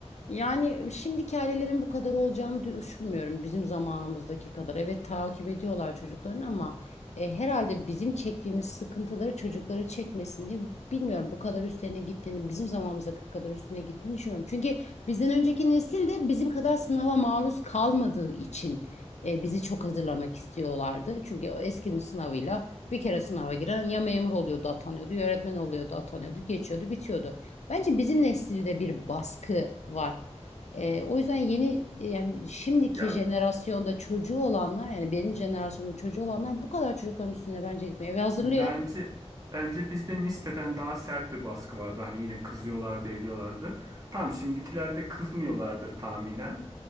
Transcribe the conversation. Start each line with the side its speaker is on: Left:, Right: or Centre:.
Left: Yani şimdiki ailelerin bu kadar olacağını düşünmüyorum bizim zamanımızdaki kadar. Evet takip ediyorlar çocuklarını ama e, herhalde bizim çektiğimiz sıkıntıları çocukları çekmesin diye bilmiyorum bu kadar üstlerine gittiğini, bizim zamanımızdaki kadar üstüne gittiğini düşünmüyorum. Çünkü bizden önceki nesil de bizim kadar sınava maruz kalmadığı için e, bizi çok hazırlamak istiyorlardı. Çünkü o eskinin sınavıyla bir kere sınava giren ya memur oluyordu atanıyordu, ya öğretmen oluyordu atanıyordu, geçiyordu, bitiyordu. Bence bizim nesilde bir baskı var. Ee, o yüzden yeni yani şimdiki
Right: Ya
Left: jenerasyonda çocuğu olanlar yani benim jenerasyonda çocuğu olanlar bu kadar çocukların üstüne bence gitmiyor. Eve hazırlıyor.
Right: bence bence bizde nispeten daha sert bir baskı vardı. Hani yine kızıyorlardı, ediyorlardı. Tamam şimdikilerde kızmıyorlardır tahminen.